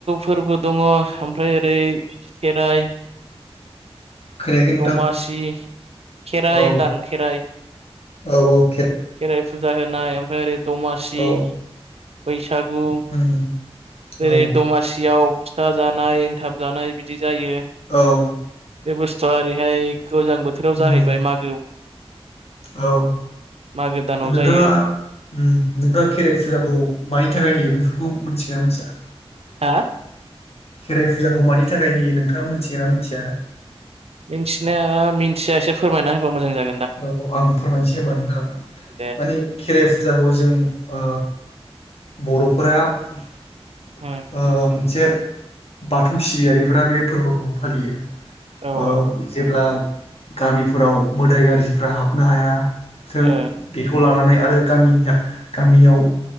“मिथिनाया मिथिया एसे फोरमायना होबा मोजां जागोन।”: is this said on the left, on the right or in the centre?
Right